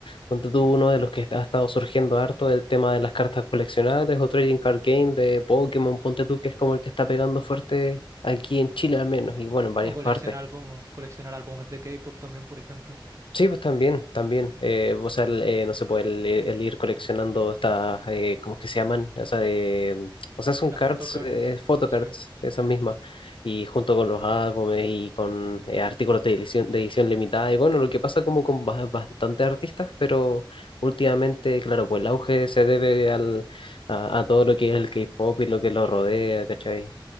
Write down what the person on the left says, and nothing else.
Ponte tú uno de los que ha estado surgiendo harto, el tema de las cartas coleccionables o trading card game de Pokémon, ponte tú que es como el que está pegando fuerte aquí en Chile al menos y bueno, en varias
partes.
Sí, pues también, también. Eh, o sea, el, eh, no se puede el, eh, el ir coleccionando estas, eh, ¿cómo es que se llaman? O sea, de, o sea, son
cards,
eh, photocards,
esas mismas. Y junto con los álbumes y con eh, artículos de edición, de edición limitada. Y bueno, lo que pasa como con ba- bastantes artistas, pero últimamente, claro, pues el auge se debe al, a, a todo lo que es el K-pop y lo que lo rodea, ¿cachai?